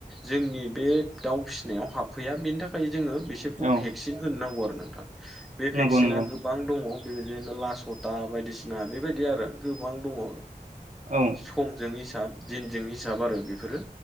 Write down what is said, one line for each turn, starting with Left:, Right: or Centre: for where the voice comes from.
Centre: जोंनि बे दाउ फिसिनायाव हाबफैया बेनि थाखाय जोङो बिस सोरखौ
Right: औ
Centre: भेक्सिन होनांगौ आरो नोंथां बे भेक्सिना
Right: नंगौ नंगौ
Centre: गोबां दङ बेबायदिनो लासथा बायदिसिना बेबायदि आरो गोबां दङ
Right: औ
Centre: सम जों हिसाब दिनजों हिसाब आरो बेफोरो